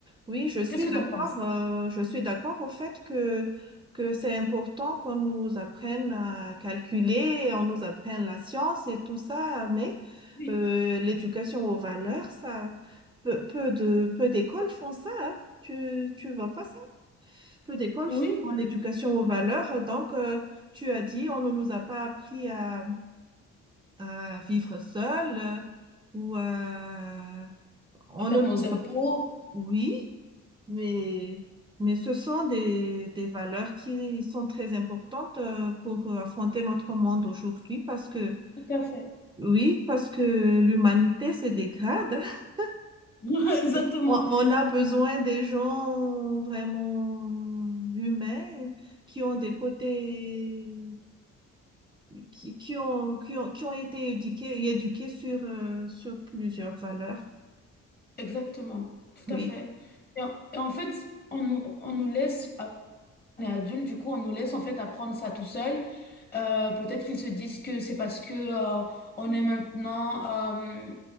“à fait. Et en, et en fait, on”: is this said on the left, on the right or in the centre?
Left